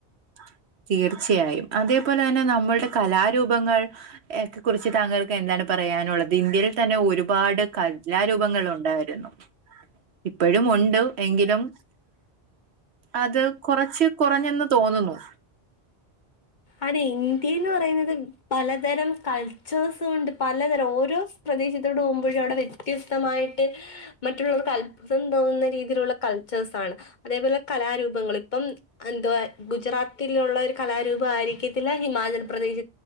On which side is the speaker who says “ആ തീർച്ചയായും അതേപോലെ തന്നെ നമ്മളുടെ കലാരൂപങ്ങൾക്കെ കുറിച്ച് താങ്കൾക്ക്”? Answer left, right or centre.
Right